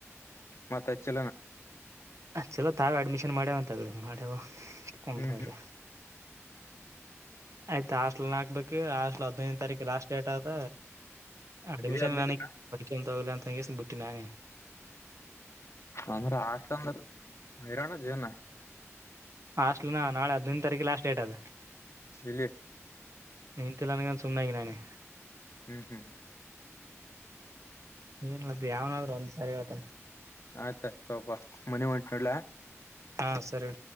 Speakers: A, on the left; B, on the right.
A: ಮತ್ತೆ ಹೆಚ್ಚಲನ
B: ಚಲೋ ತಾವೇ ಅಡ್ಮಿಷನ್ ಮಾಡ್ಯವ ಅಂತ ತಗಡೆ ನಡ ಹಂತಲ್ಲೆ
A: ಹ್ಮ್ ಹ್ಮ್
B: ಆಯ್ತಾ ಹಾಸ್ಟ್ಲ್ ಹಾಕ್ಬೇಕು ಹಾಸ್ಟ್ಲ್ ಹದ್ನೈದನೇ ತಾರೀಕು ಲಾಸ್ಟ್ ಡೇಟ್ ಆಯತ ಅಡ್ಮಿಷನ್
A: ಇದೇ ಹದ್ನೈದು
B: ನನಲ ಅ ತಂಗಸನ್ ಬಿುಟ್ಟಿ ನಾನೇ
A: ಅಂದ್ರೆ ಆಷ್ಟ ಅಂದ್ರ ಹೈರಾಣ ಜೀವನ
B: ಹಾಸ್ಟ್ಲ ನ ನಾಳೆ ಹದ್ಿನೈದು ತಾರೀಕು ಲಾಸ್ಟ್ ಡೇಟ್ ಅದ
A: ಇಲ್ಲಿ
B: ನೀನ್ಂತಲ್ಲನಗನ ಸುನ್ನ ಈ ನಾನೇ
A: ಹ್ಮ್ ಹ್ಮ್
B: ಏನ್ ಮ ಯಾವನಾದ್ರೂ ಒಂದ್ಸಾರಿ ಹೇಳ್ತಾನ
A: ಆತಾ ತಪ ಮನೆ ಮುಂಟ್ನಡಲ
B: ಹಾ ಸರಿ